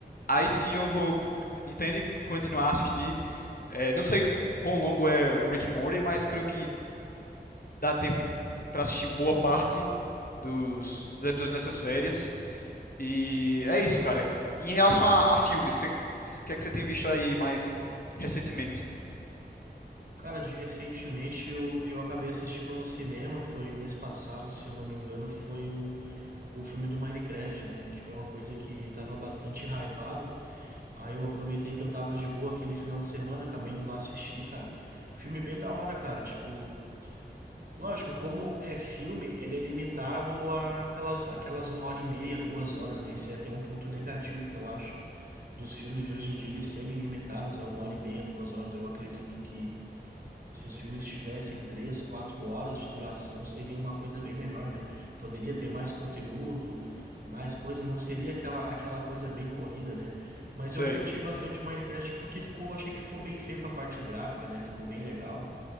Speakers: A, on the left; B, on the right.
A: aí sim eu vou, entende? Continuar a assistir. É, não sei quão longo é o Rick and Morty, mas creio que dá tempo para assistir boa parte dos, dos, episódios nessas férias. E é isso, cara. Em relação a, a filmes, cê- cê- o que é que você tem visto aí mais recentemente?
B: Cara, de recentemente eu, eu acabei assistindo no cinema, foi mês passado, se eu não me engano, foi o, o filme do Minecraft, né? Que foi uma coisa que tava bastante hypado. Aí eu aproveitei que eu tava de boa aquele final de semana, acabei indo lá assistir, cara. Filme bem da hora, cara. Tipo, lógico, como é filme, ele é limitado a aquelas, aquelas uma hora e meia, duas horas, né? Esse é até um ponto negativo que eu acho dos filmes de hoje em dia, eles serem limitados a uma hora e meia, duas horas. Eu acredito que. Se os filmes tivessem três, quatro horas de duração, seria uma coisa bem melhor, né? Poderia ter mais conteúdo, mais coisa, não seria aquela, aquela coisa bem corrida, né? Mas
A: Sei.
B: eu curti bastante Minecraft porque ficou, achei que ficou bem feito a parte gráfica, né? Ficou bem legal.